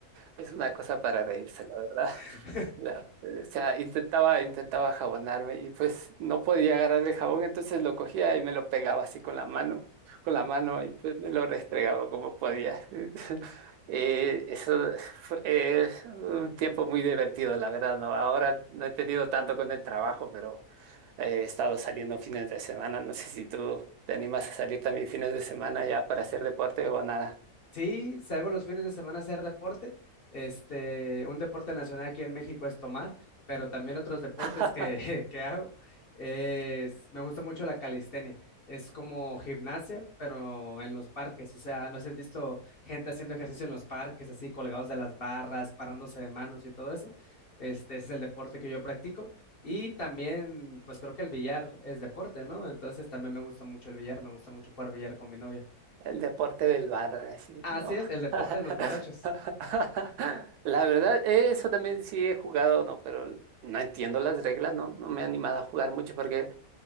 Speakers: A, on the right; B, on the left.
A: Es una cosa para reírse, la verdad
B: <laughs>
A: la- o sea, intentaba, intentaba jabonarme y pues no podía agarrar el jabón, entonces lo cogía y me lo pegaba así con la mano, con la mano y pues me lo restregaba como podía. <laughs> Eh, eso fue eh, un tiempo muy divertido, la verdad, ¿no? Ahora no he tenido tanto con el trabajo, pero he estado saliendo fines de semana. No sé si tú te animas a salir también fines de semana ya para hacer deporte o nada.
B: Sí, salgo los fines de semana a hacer deporte. Este, un deporte nacional aquí en México es tomar, pero también otros deportes
A: <laughs>
B: que, <laughs> que hago. Es, me gusta mucho la calistenia. Es como gimnasia, pero en los parques. O sea, no sé si has visto gente haciendo ejercicio en los parques, así colgados de las barras, parándose de manos y todo eso. Este, ese es el deporte que yo practico. Y también, pues creo que el billar es deporte, ¿no? Entonces también me gusta mucho el billar, me gusta mucho jugar billar con mi novia.
A: El deporte del bar, así,
B: Así
A: no.
B: es, el deporte
A: <laughs>
B: de los borrachos.
A: La verdad, eso también sí he jugado, no, pero no entiendo las reglas, no, no me he animado a jugar mucho porque